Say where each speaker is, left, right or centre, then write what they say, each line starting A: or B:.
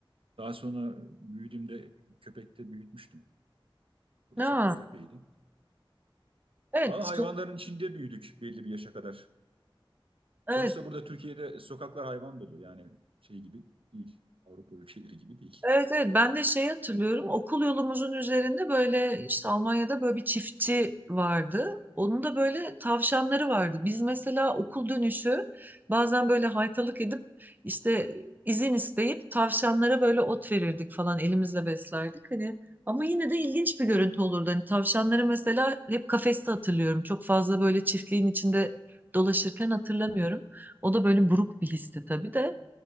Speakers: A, on the right (about 75°); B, on the right (about 20°).
A: Daha sonra büyüdüğümde köpekte büyütmüştüm. O
B: Ne?
A: da sokak köpeğiydi.
B: Evet,
A: Ama hayvanların
B: su-
A: içinde büyüdük belli bir yaşa kadar.
B: evet,
A: Sonuçta burada Türkiye'de sokaklar hayvan dolu. Yani şey gibi değil. Avrupa ülkeleri gibi değil.
B: evet, evet. Ben de şey hatırlıyorum. Okul yolumuzun üzerinde böyle işte Almanya'da böyle bir çiftçi vardı. Onun da böyle tavşanları vardı. Biz mesela okul dönüşü bazen böyle haytalık edip işte izin isteyip tavşanlara böyle ot verirdik falan elimizle beslerdik. Hani ama yine de ilginç bir görüntü olurdu. Hani tavşanları mesela hep kafeste hatırlıyorum. Çok fazla böyle çiftliğin içinde dolaşırken hatırlamıyorum. O da böyle buruk bir histi tabii de.